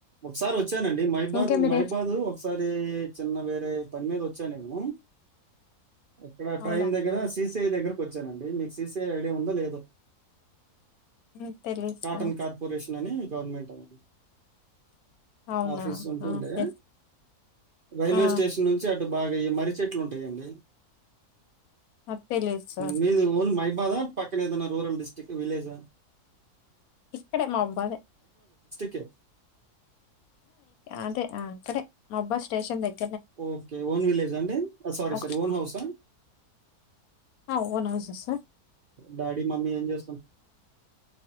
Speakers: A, on the right; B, on the left.
A: ఒకసారి వచ్చానండి మహిబాద్
B: ఇంకా మీరే
A: మహిబాదు ఒకసారి చిన్న వేరే పని మీద వచ్చా నేను ఇక్కడ ట్రైన్
B: అవునా
A: దగ్గర
B: సార్
A: సిసిఐ దగ్గరకు వచ్చానండి మీకు సిసిఐ ఐడియా ఉందో లేదో
B: హ్మ్ తెలీదు
A: కాటన్
B: సార్.
A: కార్పొరేషన్ అని గవర్నమెంట్ వా <unintelligible>
B: అవునా!
A: ఆఫీస్ ఉంటుండే
B: ఓకే.
A: రైల్వే
B: ఆ!
A: స్టేషన్ నుంచి అటు బాగ ఈ మర్రి చెట్లుంటయండి
B: అది తెలీదు సార్.
A: మీది ఓన్ మైబాదా పక్కనే ఏదన రూరల్ డిస్ట్రిక్ట్ విలేజ
B: ఇక్కడే మహబదే
A: కె
B: అదే అంటే ఇక్కడే మొబ్బాద్ స్టేషన్ దగ్
A: ఒకె ఓన్ విలేజ అండి సారీ
B: ఒక
A: సారీ ఓన్ హౌస
B: ఆ! Own house sir
A: daddy mummy ఎంచే